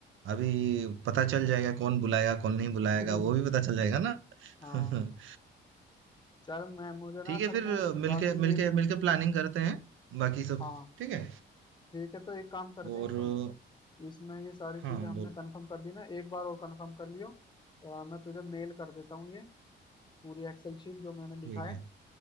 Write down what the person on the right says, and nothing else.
अभी पता चल जाएगा कौन बुलाएगा कौन नहीं बुलाएगा
वो भी पता चल जाएगा ना
<laughs>
ठीक
है फिर
मिलके मिलके
मिलके प्लानिंग करते हैं बाकी सब
ठीक है
और
हाँ
बोल
ठीक
है